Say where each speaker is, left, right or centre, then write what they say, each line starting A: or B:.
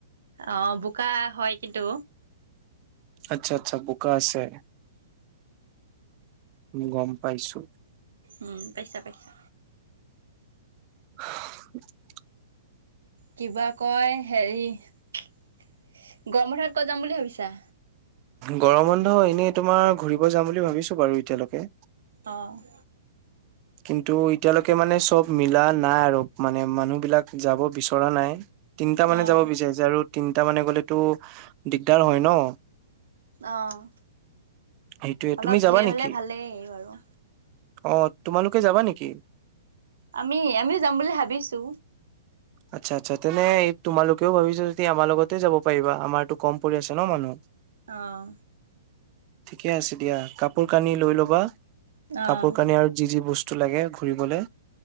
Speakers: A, on the right; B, on the right.
A: অ' বোকা হয় কিন্তু।
B: আচ্ছা আচ্ছা বোকা আছে। গম পাইছো।
A: উম পাইছা পাইছা।
B: <inaudible>
A: কিবা কয় হেৰি গৰম বন্ধত কত যাম বুলি ভাবিছা?
B: গৰম অন্ধ এনেই তোমাৰ ঘুৰিব যাম বুলি ভাবিছো বাৰু এতিয়ালৈকে
A: অ'।
B: কিন্তু এতিয়ালৈকে মানে চব মিলা নাই আৰু মানে মানুহ বিলাক যাব বিচৰা নাই। তিনিটা মানে
A: অ',
B: যাব বিচাৰিছে আৰু তিনটা মানে গলেতো দিগদাৰ হয় ন।
A: অঁ,
B: সেইটোয়ে
A: অলপ
B: তুমি যাবা
A: ধেৰ
B: নেকি?
A: হলে ভালেই বাৰু।
B: অ' তোমালোকে যাবা নেকি?
A: আমি আমিও যাম বুলি ভাবিছো।
B: আচ্ছা আচ্ছা। তেনে এই তোমালোকেও ভাবিছো যদি আমাৰ লগতে যাব পাৰিবা আমাৰতো কম পৰি আছে ন মানুহ
A: অহ
B: ঠিকে আছে দিয়া, কাপোৰ কানি লৈ ল'বা
A: অ'।
B: কাপোৰ কানি আৰু যি যি ব স্তু লাগে ঘূৰিবলে